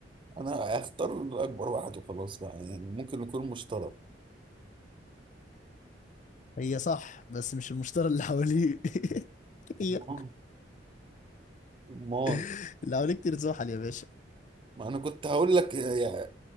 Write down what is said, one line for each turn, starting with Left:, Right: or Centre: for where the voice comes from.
Right: انا هختار اكبر واحد وخلاص بقى يعني ممكن يكون مشترك
Left: هي صح بس مش المشتري اللي حواليه <laughs> كتير
Right: امال أمال.
Left: <laughs> اللي حواليه كتير زحل يا باشا
Right: ما انا كنت هقول لك يا يا